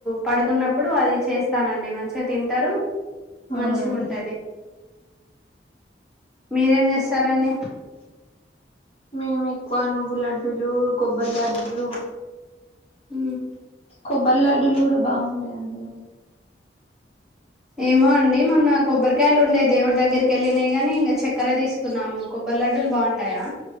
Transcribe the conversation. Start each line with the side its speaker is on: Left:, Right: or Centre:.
Centre: పడుకున్నప్పుడు అది చేస్తానండి మంచిగా తింటారు
Left: అవునండి
Centre: మంచి ఉంటది మీరేం చేస్తారండి
Left: మేము ఎక్కువ నువ్వు లడ్డూలు కొబ్బరి లడ్డూలు
Centre: హ
Left: కొబ్బరి లడ్డులు కూడా బాగుంటాయి అండి
Centre: ఏమో అండి మొన్న కొబ్బరికాయలు ఉండే దేవుడి దగ్గరికి వెళ్ళినయి గాని ఇంకా చక్కెర తీసుకున్నాము కొబ్బరి లడ్డూలు బాగుంటాయా